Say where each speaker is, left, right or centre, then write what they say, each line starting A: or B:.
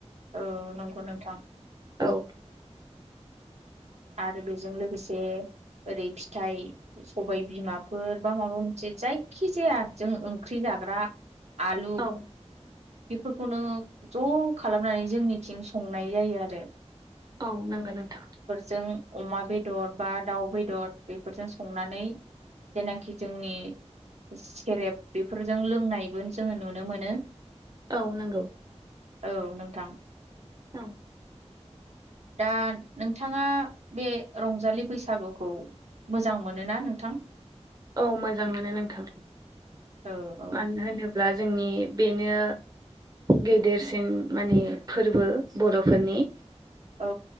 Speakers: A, on the right (about 70°); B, on the right (about 35°).
A: औ नंगौ नोंथां
B: औ
A: आरो बेजों लोगोसे ओरै फिथाइ सबाय बिमाफोर बा माबा मोनसे जायखि जाया जों ओंख्रि जा ग्रा आलु
B: औ
A: बेफोरखौनो ज' खालामनानै जोंनिथिं संनाय जायो आरो।
B: औ नंगौ नोंथां
A: जों अमा बेदर बा दाउ बेदर बेफोरजों संनानै जेनाखि जोंनि सेरेप बेफोरजों लोंनायबो जोङो नुनो मोनो।
B: औ नंगौ
A: औ नोंथां
B: औ
A: दा नोंथाङा बे रंजालि बैसागुखौ मोजां मोनोना नोंथां?
B: औ मोजां मोनो नोंथां
A: औ औ
B: मानो होनो ब्ला जोंनि बेनो गेदेरसिन माने फोरबो बर'फोरनि।
A: औ